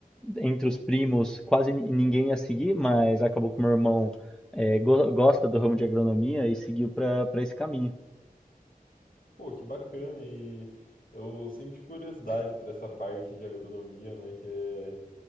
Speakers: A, in the centre; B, on the left.
A: entre os primos, quase ni- ninguém ia seguir, mas acabou que meu irmão é, go- gosta do ramo de agronomia e seguiu para para esse caminho.
B: Pô, que bacana, e eu sempre tive curiosidade pra essa parte de agronomia, né, que é